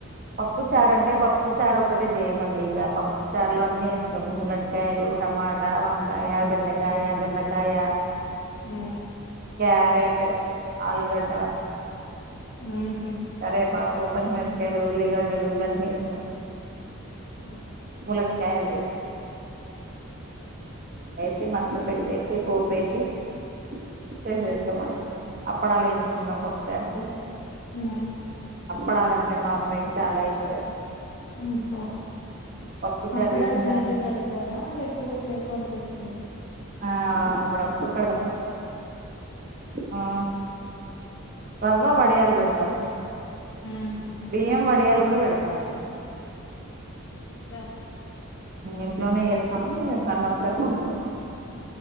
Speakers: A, on the right; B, on the left.
A: పప్పు చారంటే పప్పు చారు ఒక్కటే చేయమండి. ఇగ పప్పు చారులో అన్నీ ఎస్తాము. ములక్కాయలు, టమాటా, వంకాయ, బెండకాయ, దొండకాయ
B: హు
A: క్యారెట్, ఆలుగడ్డ
B: హు
A: కరేపాక్ కో పతిమిరకాయలు, ఉల్లిగడ్డలు ఇవన్నీ ఎస్తం.
B: స
A: ములక్కాయలు ఏసి మసలపెట్టెసి పోపేసి ట్రై చేసేస్తామని అప్పుడలా ఎయించుకుంనం పప్పుసారికి
B: అ
A: ఆప్పడాలంటే మా అబ్బాయికి చాలా ఇష్టం
B: ఉ స
A: పప్పుచారు
B: అప్పుడ
A: చేసిందని
B: వాళ్ళు మీరే పెడతారా లేకపోతే కొనుక్కొచ్చు
A: ఆ పడపుపడు పెడ ఆ రవ్వ వడియాలు పెడతాము
B: ఉహు
A: బియ్యం వడియాలు కూడా పెడతాము
B: చ్చా
A: ఇంట్లోనే ఎస్తాము పన్న ఒకసారి పనుకుస్తాం